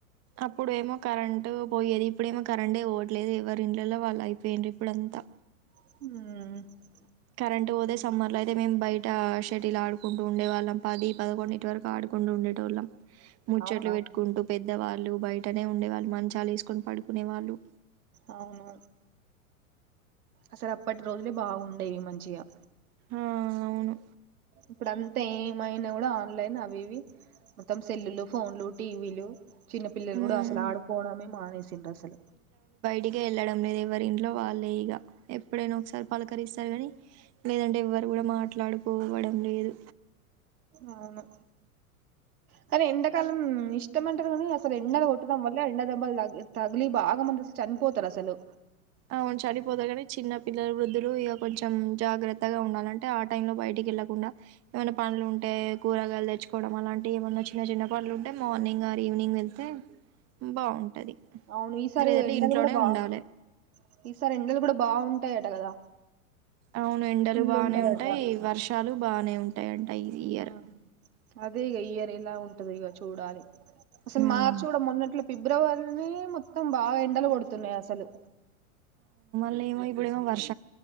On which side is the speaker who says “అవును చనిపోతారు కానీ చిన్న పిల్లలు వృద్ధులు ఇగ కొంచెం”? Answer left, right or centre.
Right